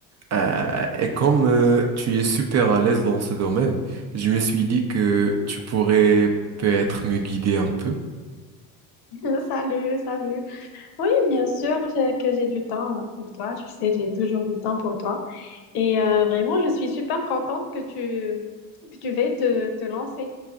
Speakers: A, on the right (about 35°); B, on the left (about 55°).
A: Euh, et comme euh, tu es super à l'aise dans ce domaine, je me suis dit que tu pourrais peut-être me guider un peu.
B: <laughs> Salut, salut. Oui, bien sûr j'ai- que j'ai du temps euh, pour toi. Tu sais, j'ai toujours du temps pour toi. Et euh, vraiment, je suis super contente que tu, que tu veuilles te, te lancer.